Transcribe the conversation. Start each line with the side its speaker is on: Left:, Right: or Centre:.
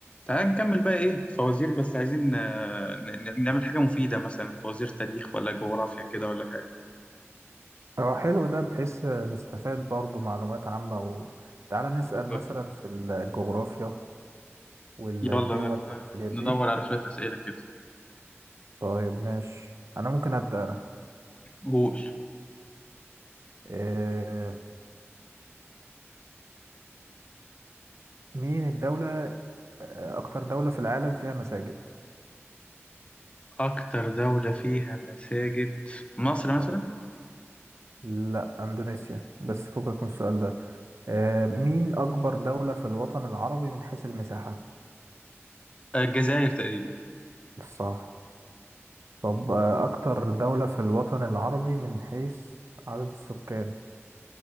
Left: تعال نكمل بقى ايه فوازير بس عايزين آه، ن- ن- نعمل حاجة مفيدة مثلا فوازير تاريخ ولا جغرافيا كده ولا حاجة
Right: اه حلو ده بحيث نستفاد برضو معلومات عامة وتعالى نسأل
Left: بالظبط
Right: مثلا في الجغرافيا والدول
Left: يلا ن- تعال
Right: والحاجات
Left: ندور
Right: دي
Left: على شوية أسئلة كده
Right: طيب ماشي أنا ممكن أبدأ أنا
Left: قول
Right: آه، مين الدولة آه، أكتر دولة في العالم فيها مساجد؟
Left: أكتر دولة فيها مساجد مصر مثلا
Right: اه لا أندونيسيا بس فكك من السؤال ده آه، مين أكبر دولة في الوطن العربي من حيث المساحة؟
Left: آه، الجزائر تقريبا
Right: صح طب آه، أكتر دولة في الوطن العربي من حيث عدد السكان